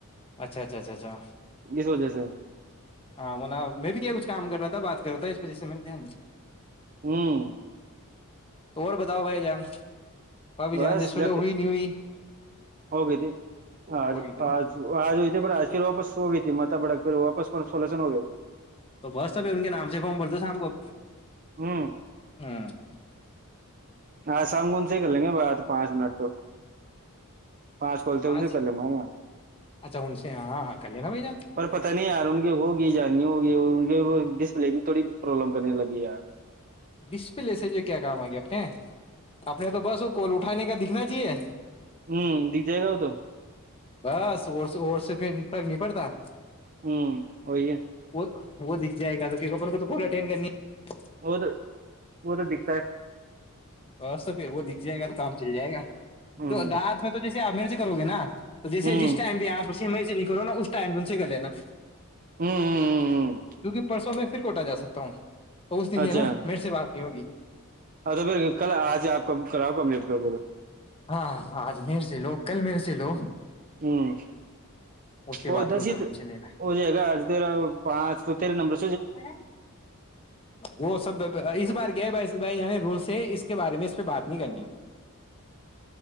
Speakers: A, on the left; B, on the right.
A: اچھا اچھا اچھا اچھا
B: اس وجہ سے
A: ہاں وہنا میں بھی کیا کچھ کام کر رہا تھا بات کر رہا تھا اس وجہ سے میں نے دھیان د
B: ہوں
A: اور بتاؤ بھائی جان بھابھی
B: بس
A: جان سے سلح
B: جک
A: ہوئی نہیں ہوئی
B: ہوگتی آج
A: ہوگی تھی نا
B: آج آج پر آج پھر واپس ہو گئی تھی ماتا بڑک پھر واپس پر سولوشن ہو گیا
A: تو بس سبھی ان کے نام سے فم بھر دو شام کو
B: ہ
A: ہ <inaudible>
B: ہاں سام گن سے ہی کر لیں گے بعات پانچ منٹ تو پانچ کال سے ان
A: آج
B: سے کر لوں گا نا
A: اچھا ان سے ہاں ہاں کر لینا بھائی جان
B: پر پتا نہیں یار ان کی ہوگی جاننی ہوگی اور ان کے وہ ج پے بھی تھوڑی پرابلم کرنے لگی ہے یار
A: بیس پہ لےسج کیا کام آ گیا آپ کے اپنے تو بس وہ کول اٹھانے کا دکھنا چاہیے
B: ہوں دیگ جائے گا ہو تو
A: بس اور سے اور سے پھر فرق نہیں پڑتا
B: ہوں وہی ہے
A: وہ وہ دکھ جائے گا تو اپن کو تو ب اٹین کرنی ہے
B: وہ تو وہ تو دکھتا ہے
A: بس پھر وہ دکھ جائے گا تو کام چل جائے گا
B: ہوں
A: تو دانت میں تو جیسے میرے سے کرو گے نا تو جیسے
B: ہوں
A: جس ٹائم بھی آپ س سے نکلو نا اس ٹائم ان سے کر لینا
B: ہوں
A: کیونکہ پرسوں میں پھر کوٹا جا سکتا ہوں تو اس دن سے
B: اچھا
A: نا میر سے بات نہیں ہوگی
B: ہاں تو پھر کل آج آپ کب کراؤ کملیٹ کر پے
A: ہاں آج میر سے لو کل میر س لو
B: ہوں
A: اس کے
B: اور
A: بعد
B: دس
A: پھر ادھر
B: ہی
A: ان
B: تو
A: سے لینا ہے
B: ہو جائے گا تیرا پانچ تو تری نمر
A: ہ وہ سب اس بار کیا ہے بھائی بھائی یعنی رو سے اس کے بارے میں اس پہ بات نہیں کرنی